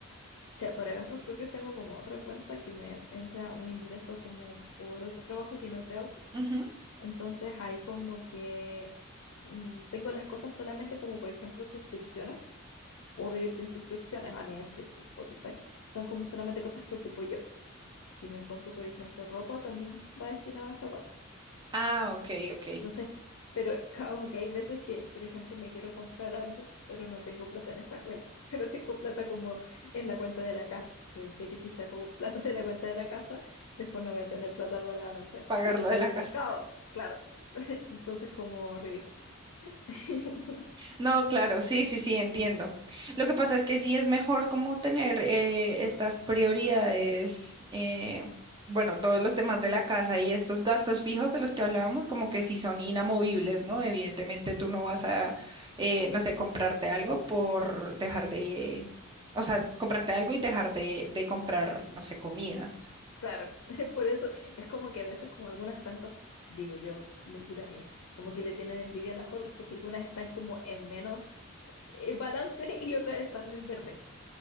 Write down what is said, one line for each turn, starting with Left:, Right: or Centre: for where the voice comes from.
Left: sea, para gastos propios tengo como otra cuenta que me entra un ingreso como por otro trabajo que no es de autos
Right: Ujú.
Left: Entonces ahí como que mm, tengo las cosas solamente como por ejemplo suscripciones. Puedo vivir sin suscripciones a Netflix, Spotify. Son como solamente cosas que ocupo yo. Si me compro por ejemplo ropa, también va destinada a esa cuenta.
Right: Ah, ok, ok.
Left: Entonces, pero <laughs> como que hay veces que, por ejemplo, me quiero comprar algo, pero no tengo plata en esa cuenta, <laughs> pero tengo plata como en la cuenta de la casa, pero sé que si saco <laughs> plata de la cuenta de la casa, después no voy a tener plata para, no sé,
Right: Pagar
Left: ir al
Right: lo
Left: supermercado,
Right: de la casa.
Left: claro. <laughs> Entonces, como ridículo. <laughs>
Right: No, claro, sí, sí, sí, entiendo. Lo que pasa es que sí es mejor como tener eh, estas prioridades, eh, bueno, todos los temas de la casa y estos gastos fijos de los que hablábamos, como que sí son inamovibles, ¿no? Evidentemente tú no vas a, eh, no sé, comprarte algo por dejar de, eh, o sea, comprarte algo y dejar de, de comprar, no sé, comida.
Left: Claro, <laughs> por eso es como que a veces como algunas cuentas, digo yo, locura mía, como que le tienen envidia a las otras porque algunas están como en menos eh, balance <laughs> y otras están en verde.